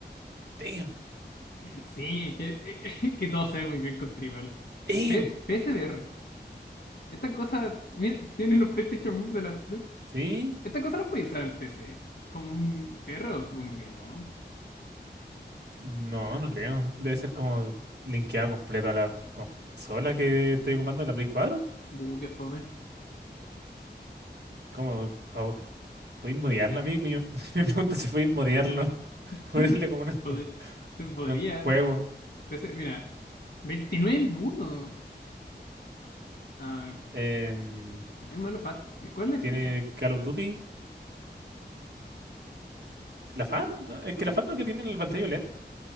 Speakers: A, on the right; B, on the left.
A: damn,
B: Sí, que, <laughs> que todos saben muy bien con Tribal.
A: damn,
B: P- PSVR. Esta cosa mira, tiene los PlayStation Move de las 3.
A: ¿sí?
B: Esta cosa las puede usar en PC. Como un perro, supongo que no.
A: No, no creo. Debe ser como linkeado completo a la consola que estoy ocupando, la Play 4.
B: Buh, qué fome.
A: ¿Cómo? pa- ¿Podéis modearla? A mí me, <laughs> me pregunto si podéis modearlo. <laughs>
B: <laughs>
A: Ponerle como unos, con-
B: Pod- se podría.
A: unos juegos.
B: PC, mira, 29 minutos. Ah,
A: Em,
B: el modelo FAT. ¿Cuál es la diferencia?
A: ¿tiene Call of Duty? ¿La FAT? No, es que la FAT no es que tiene en la pantalla OLED.